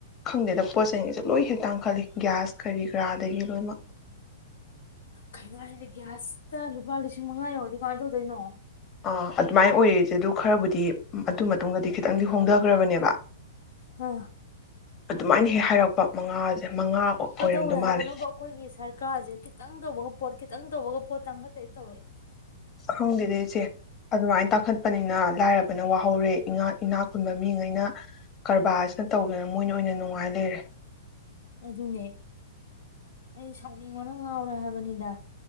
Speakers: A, on the left (about 30°); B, on the left (about 75°).
A: ꯈꯪꯗꯦꯗ ꯄꯣꯠ ꯆꯩꯩꯁꯦ ꯂꯣꯏ ꯍꯦ ꯇꯥꯡꯈꯜꯂꯤ ꯒ꯭ꯌꯥꯁ ꯀꯔꯤ ꯀꯔꯥ ꯑꯗꯒꯤ ꯂꯣꯏꯅꯃꯛ꯫
B: ꯀꯩꯅꯣ ꯍꯥꯏꯁꯦ ꯒ꯭ꯌꯥꯁꯇ ꯂꯨꯄꯥ ꯂꯤꯁꯤꯡ ꯃꯉꯥ ꯌꯧꯔꯗꯤ ꯀꯃꯥꯏꯅ ꯇꯧꯗꯣꯏꯅꯣ꯫
A: ꯑꯥ ꯑꯗꯨꯃꯥꯏꯅ ꯑꯣꯏꯌꯦ ꯑꯗꯨ ꯈꯔꯕꯨꯗꯤ ꯑꯗꯨ ꯃꯇꯨꯡꯗꯗꯤ ꯈꯤꯇꯪꯗꯤ ꯍꯣꯡꯊꯥꯈ꯭ꯔꯕꯅꯦꯕ
B: ꯑ
A: ꯑꯗꯨꯃꯥꯏꯅ ꯍꯦꯛ ꯍꯥꯏꯔꯛꯄ ꯃꯉꯥꯁꯦ ꯃꯉꯥ ꯑꯣꯏꯔꯝꯗꯧ
B: ꯀꯗꯧꯔꯦ ꯍꯥꯏꯕꯅꯣꯕꯨ
A: ꯃꯥꯜꯂꯦ
B: ꯑꯩꯈꯣꯏꯒꯤ ꯁꯔꯀꯥꯔꯁꯦ ꯈꯤꯇꯪ ꯇꯧꯕꯒ ꯄꯣꯠ ꯈꯤꯇꯪ ꯇꯧꯕꯒ ꯄꯣꯠ ꯇꯪꯈꯠꯇꯧꯏ
A: ꯈꯪꯗꯦꯗ ꯏꯆꯦ ꯑꯗꯨꯃꯥꯏꯅ ꯇꯥꯡ ꯈꯠꯄꯅꯤꯅ ꯂꯥꯏꯔꯕꯅ ꯋꯥꯍꯧꯔꯦ ꯏꯅꯥ ꯏꯅꯥꯛ ꯈꯨꯟꯕ ꯃꯤꯉꯩꯅ ꯀꯔꯕꯥꯔꯁꯤꯅ ꯇꯧꯗꯅ ꯃꯣꯏꯅ ꯑꯣꯏꯅ ꯅꯨꯡꯉꯥꯏ ꯂꯩꯔꯦ꯫
B: ꯑꯗꯨꯅꯦ ꯑꯩ ꯁꯥꯎꯅꯤꯡꯕꯅ ꯉꯥꯎꯔꯦ ꯍꯥꯏꯕꯅꯤꯗ꯫